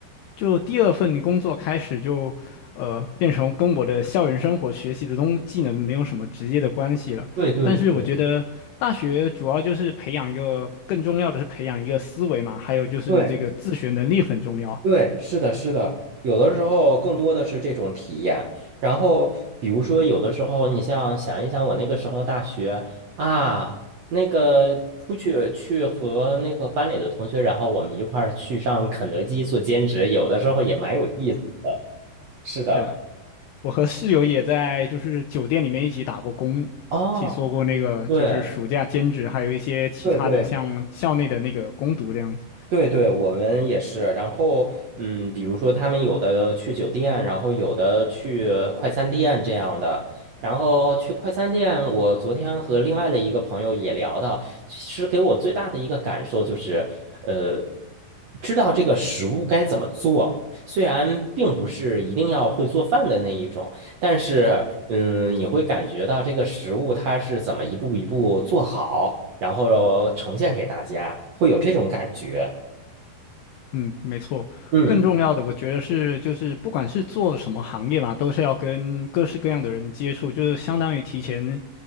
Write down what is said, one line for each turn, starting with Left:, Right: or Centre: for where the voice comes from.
Left: 就第二份工作开始就，呃，变成跟我的校园生活学习的东技能没有什么直接的关系了。
Right: 对对对
Left: 但是我觉得大学主要就是培养一个，更重要的是培养一个思维嘛，还有就是这个自学能力很重要。
Right: 对对，是的，是的，有的时候更多的是这种体验。然后，比如说，有的时候你像想一想，我那个时候大学啊，那个出去去和那个班里的同学，然后我们一块儿去上肯德基做兼职，有的时候也蛮有意思的。是的，
Left: 是。我和室友也在就是酒店里面一起打过工，一起做过那个就是暑假兼职，
Right: 哦，对
Left: 还有一些其他的像校内的那个攻读这样子。
Right: 对对。对对，我们也是。然后，嗯，比如说他们有的去酒店，然后有的去快餐店这样的。然后去快餐店，我昨天和另外的一个朋友也聊到，其实给我最大的一个感受就是，呃，知道这个食物该怎么做。虽然并不是一定要会做饭的那一种，但是，嗯，你会感觉到这个食物它是怎么一步一步做好，然后呈现给大家，会有这种感觉。
Left: 嗯，没错。
Right: 嗯，
Left: 更重要的，我觉得是就是不管是做什么行业吧，都是要跟各式各样的人接触，就是相当于提前